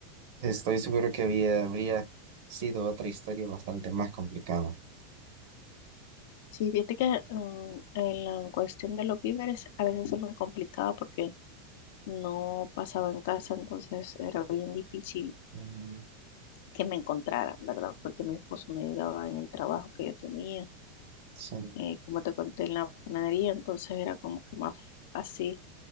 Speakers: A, on the right; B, on the left.
A: estoy seguro que había, habría sido otra historia bastante más complicada.
B: Sí, viste que mm, en la cuestión de los víveres a veces se me complicaba porque no pasaba en casa, entonces era bien difícil
A: Mm,
B: que me encontraran, ¿verdad? Porque mi esposo me ayudaba en el trabajo que yo tenía,
A: sí.
B: eh, como te conté en la panadería, entonces era como que más fácil